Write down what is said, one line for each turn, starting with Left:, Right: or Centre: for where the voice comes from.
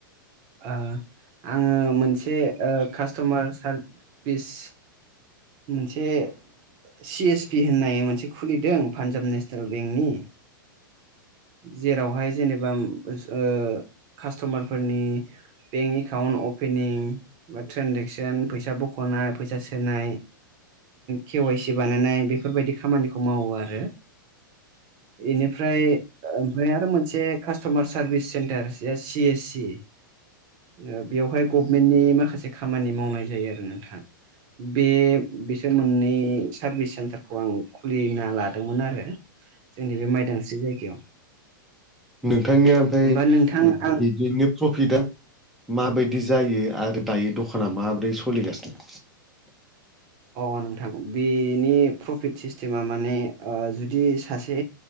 Right: ओ आङो मोनसे ओ कास्ट'मार सारभिस मोनसे सि एस पि होन्नाय मोनसे खुलिदों पान्जाब नेसनेल बेंकनि जेरावहाय जेनेबा ओ कास्ट'मारफोरनि बेंक एकाउन्ट अपेनिं बा ट्रेनजेकसन फैसा बख'नाय फैसा सोनाय केवाइ सि बानायनाय बेफोरबायदि खामानिखौ मावो आरो एनिफ्राय ओमफ्राय आरो मोनसे customer service centre S C S C ओ बेवहाय गभमेन्टनि माखासे खामानि मावनाय जायो आरो नोंथां बे बिसोर मोननै सार्भिस सेन्टारखौ आं खुलिना लादोंमोन आरो जोंनि बे माइदांस्रि जायगायाव
Centre: नोंथांनिया ओमफाय
Right: होमबा नोंथां आं
Centre: बिदिनो प्रफिटा माबायदि जायो आरो दायो दखाना माबोरै सलिगासिनो
Right: अ नोंथां बेनि प्रफिट सिस्टेमा माने ओ जुदि सासे